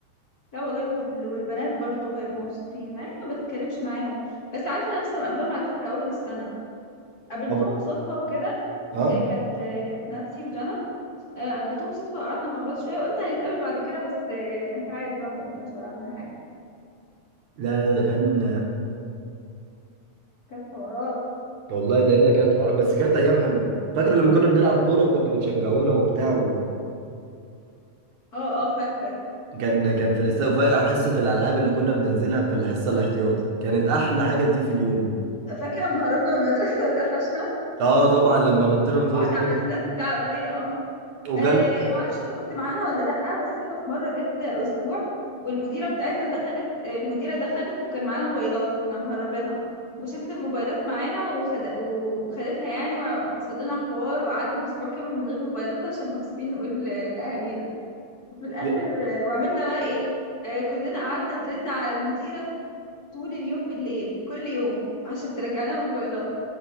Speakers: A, on the left; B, on the right.
A: لا والله وال... والبنات برضو هيبقوا مبسوطين مع اني ما بتكلمش معاهم بس عارفه انا لسه مقابلاهم على فكره اول السنه قابلتهم
B: طب
A: صدفه وكده
B: اه
A: آه، كانت آه، كانت نانسي وجنى آه، قابلتهم صدفة قعدنا مع بعض شوية وقلنا هنتقابل بعد كده بس آه، انت عارف بقى ما اتقابلناش ولا عملنا حاجة
B: لا لا ده كان
A: كانت حوارات
B: والله ده الا كانت حوارات بس كانت ايام حلوه فاكر لما كنا بنلعب كوره وكنتوا بتشجعونا وبتاع و...
A: اه اه فاكرة
B: كان كان في الاستاد وفجأة حصة الألعاب اللي كنا بننزلها في الحصة الاحتياطي كانت أحلى حاجة دي في اليوم
A: فاكرة لما هربنا من المدرسة <laughs> واتقفشنا
B: اه طبعا لما نطينا من
A: وقعد
B: فوق السور
A: عمل لنا استدعاء ولي امر
B: وجال
A: آه معرفش انت كنت معانا ولا لأ بس احنا في مرة جت اسبوع والمديرة بتاعتنا دخلت آه، المديرة دخلت وكان معانا موبايلات كنا مهربينها وشافت الموبايلات معانا وخد... وخدتها يعني وحصل لنا حوار وقعدنا اسبوع كامل من غير موبايلاتنا عشان مكسوفين نقول لاهالينا في الاخر
B: ي-
A: آه، وعملنا بقى ايه آه، كلنا قعدنا درنا على المديره طول اليوم بالليل كل يوم عشان ترجع لنا الموبايلات